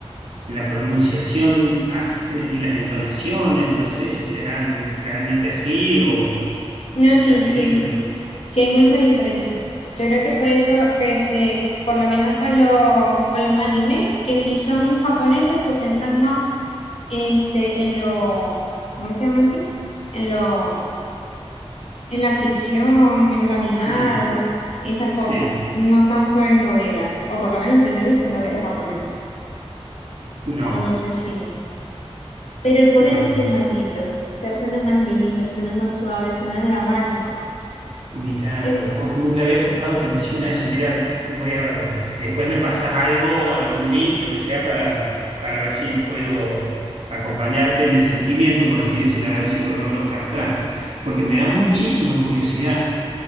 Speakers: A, on the right; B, on the left.
A: en la pronunciación hace- y las entonaciones. No sé si serán realmente así o
B: no,
A: en
B: sí,
A: las películas.
B: sí, sí hay mucha diferencia. Yo creo que por eso que este, por lo menos con los con los anime, que sí son japoneses, se centran más este en lo, ¿cómo se llama así? En lo, en la ficción, en lo animado,
A: Sí,
B: esas
A: sí,
B: cosas, no tanto en novelas, o por lo menos yo no he visto novelas japonesas,
A: no,
B: o no sé si hay. Pero el coreano
A: no.
B: sí es más lindo, o sea, suena más lindo, suena más suave, suena dramático.
A: Mirá,
B: Entonces,
A: vos nunca le había prestado atención a eso. Mirá, voy a ver si después me pasás algo, algún link, lo que sea, para, para ver si puedo acompañarte en el sentimiento, por así decir, a ver si lo logro captar. Porque me da muchísima curiosidad,